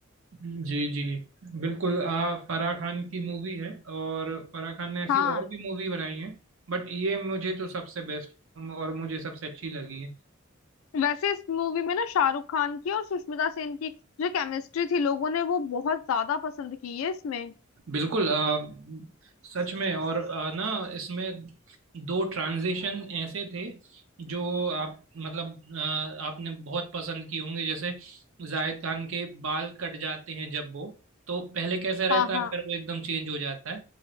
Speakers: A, on the right; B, on the left.
A: जी जी बिल्कुल आ, फराह खान की मूवी है और फराह खान ने ऐसी
B: हाँ
A: और भी मूवी बनाई है बट ये मुझे तो सबसे बेस्ट और मुझे सबसे अच्छी लगी है
B: वैसे इस मूवी में ना शाहरुख खान की और सुष्मिता सेन की जो केमिस्ट्री थी लोगों ने वो बहुत ज्यादा पसंद की है इसमें
A: बिल्कुल अ, सच में और अ, ना इसमें दो ट्रांजिशन ऐसे थे जो आप मतलब अ, आपने बहुत पसंद किए होंगे जैसे जाहिद खान के बाल कट जाते हैं जब वो तो पहले कैसा रहता
B: हाँ
A: है
B: हाँ
A: फिर वो एकदम चेंज हो जाता है